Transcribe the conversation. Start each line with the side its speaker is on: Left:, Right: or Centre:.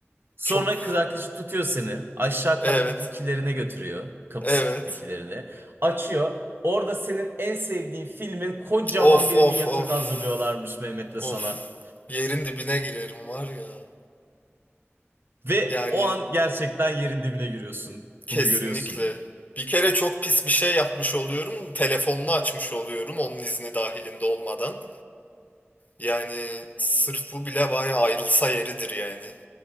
Right: Sonra
Left: çok.
Right: kız arkadaşı tutuyor seni. Aşağı
Left: Evet.
Right: kattaki kilerine götürüyor. Kapısı
Left: Evet.
Right: kilitli kilerine. Açıyor. Orada senin en sevdiğin filmin kocaman
Left: Of
Right: bir
Left: of
Right: minyatürünü
Left: of.
Right: hazırlıyorlarmış Mehmet'le
Left: Of.
Right: sana.
Left: Yerin dibine girerim var ya.
Right: Ve
Left: Yani
Right: o an gerçekten yerin dibine giriyorsun.
Left: kesinlikle.
Right: Bunu görüyorsun.
Left: Bir kere çok pis bir şey yapmış oluyorum. Telefonunu açmış oluyorum onun izni dahilinde olmadan. Yani sırf bu bile bayağı ayrılsa yeridir yani.